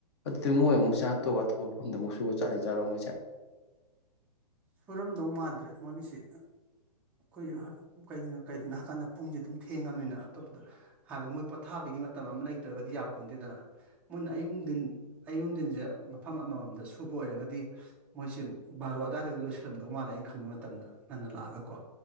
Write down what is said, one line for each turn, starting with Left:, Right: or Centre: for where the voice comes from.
Left: ꯑꯗꯨꯗꯤ ꯃꯣꯏ ꯑꯃꯨꯛ ꯆꯥꯛꯇꯣ ꯑꯇꯣꯞꯄ ꯃꯐꯝꯗ ꯑꯃꯨꯛ ꯁꯨꯔꯒ ꯆꯠꯂ ꯆꯠꯗꯣꯏꯖꯠꯂꯣ ꯃꯣꯏꯁꯦ
Centre: ꯁꯨꯔꯝꯗꯧ ꯃꯥꯟꯗ꯭ꯔꯦ ꯃꯣꯏꯒꯤꯁꯤ ꯑꯩꯈꯣꯏ ꯀꯩꯅꯣ ꯀꯩꯒꯤꯅꯣ ꯍꯥꯏꯀꯥꯟꯗ ꯄꯨꯡꯁꯦ ꯑꯗꯨꯝ ꯊꯦꯡꯉꯝꯅꯤꯅ ꯑꯇꯣꯞꯄꯗ ꯍꯥꯏꯕꯗꯤ ꯃꯣꯏ ꯄꯣꯊꯥꯕꯒꯤ ꯃꯇꯝ ꯑꯃ ꯂꯩꯇ꯭ꯔꯒꯗꯤ ꯌꯥꯄꯣꯟꯗꯦꯗꯅ ꯃꯣꯏꯅ ꯑꯌꯨꯛ ꯅꯨꯡꯗꯤꯟ ꯖꯦ ꯃꯐꯝ ꯑꯃꯃꯝꯗ ꯁꯨꯕ ꯑꯣꯏꯔꯒꯗꯤ ꯃꯣꯏꯁꯦ ꯕꯥꯔꯣ ꯑꯗꯨꯋꯥꯏꯗꯒ ꯂꯣꯏꯁꯤꯜꯂꯝꯗꯧ ꯃꯥꯜꯂꯦ ꯑꯩꯅ ꯈꯟꯕ ꯃꯇꯝꯗ ꯉꯟꯅ ꯂꯥꯛꯑꯒ ꯀꯣ